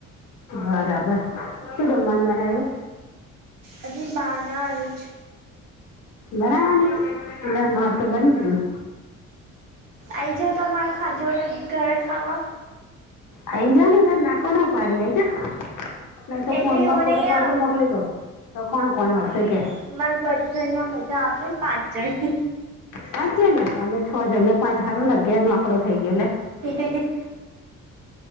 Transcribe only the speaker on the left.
બરાબર શું જમવાનું બનયો?
બરા ના મા તો બની ગયું.
આઈ જા તન ના કોને પાડી આઈ જા ને તો
ફોન માં
ફોટો
પાડીને
મોકલી દો તો કોણ
કોણ
આવશે
કે?
પાજે ને તો અમે છ જણ પાંચ હારું ને અગિયાર નો આંકડો થઈ ગયો એટલે